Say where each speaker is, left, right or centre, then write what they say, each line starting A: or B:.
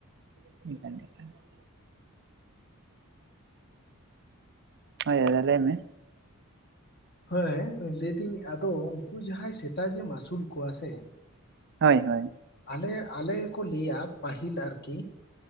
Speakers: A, on the right; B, on the left.
A: <inaudible> ᱦᱳᱭ ᱦᱳᱭ ᱞᱟᱹᱭ ᱢᱮ᱾
B: ᱦᱳᱭ ᱦᱮᱸ ᱞᱟᱹᱭᱫᱟᱹᱧ ᱟᱫᱚ ᱩᱱᱠᱩ ᱡᱟᱦᱟᱸᱭ ᱥᱮᱛᱟ ᱡᱮᱢ ᱟᱹᱥᱩᱞ ᱠᱚᱣᱟ ᱥᱮ
A: ᱦᱳᱭ ᱦᱳᱭ
B: ᱟᱞᱮ ᱟᱞᱮ ᱠᱚ ᱞᱟᱹᱭᱟ ᱯᱟᱹᱦᱤᱞ ᱟᱨᱠᱤ-ᱼ